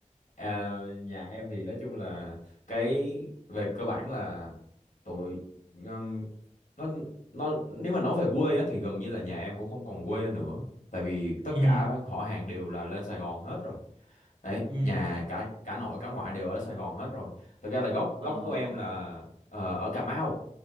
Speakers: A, on the left; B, on the right.
A: À, nhà em thì nói chung là cái về cơ bản là tụi um, nó nó nếu mà nói về quê á thì gần như là nhà em cũng không còn quê nữa. Tại vì tất
B: ừ
A: cả họ hàng đều là lên Sài Gòn hết rồi. Đấy,
B: ừ
A: nhà cả cả nội cả ngoại đều ở Sài Gòn hết rồi. Thực ra là gốc gốc
B: ờ
A: của em là ờ, ở Cà Mau.